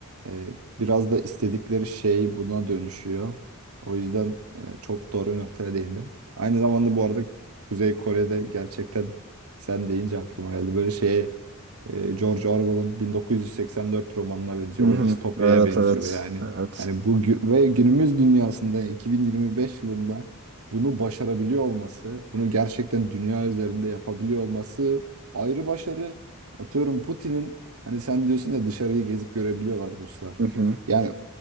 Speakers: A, on the right; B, on the right.
A: e, biraz da istedikleri şey buna dönüşüyor. O yüzden e, çok doğru bir noktaya değindin. Aynı zamanda bu arada Kuzey Kore'de gerçekten sen deyince aklıma geldi. Böyle şeye e, George Orwell'ın 1984 romanına benziyor.
B: Hı hı.
A: O distopyaya
B: Evet
A: benziyor
B: evet.
A: yani.
B: Evet.
A: Hani bu gü- ve günümüz dünyasında 2025 yılında bunu başarabiliyor olması, bunu gerçekten dünya üzerinde yapabiliyor olması ayrı başarı. Atıyorum Putin'in hani sen diyorsun ya dışarıyı gezip görebiliyorlar Ruslar.
B: Hı hı.
A: Yani